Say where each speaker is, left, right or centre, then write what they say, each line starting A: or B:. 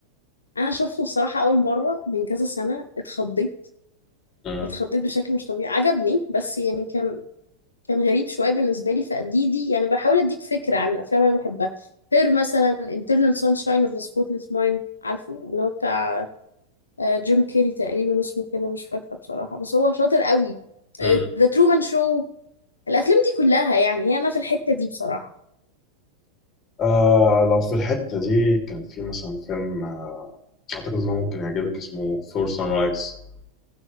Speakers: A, on the left; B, on the left.
A: انا شفته بصراحه اول مره من كذا سنه اتخضيت
B: مم.
A: اتخضيت بشكل مش طبيعي عجبني بس يعني كان كان غريب شويه بالنسبه لي فدي دي يعني بحاول اديك فكره عن الافلام اللي انا بحبها غير مثلا Internal Sunshine of the Spotless Mind عارفه اللي هو بتاع آه، جيم كيري تقريبا اسمه كده مش فاكره بصراحه بس هو شاطر قوي
B: مم.
A: آه، The Truman Show الافلام دي كلها يعني هي انا في الحته دي بصراحه
B: آه لو في الحته دي كان في مثلا فيلم آه اعتقد انه ممكن يعجبك اسمه فور سان رايز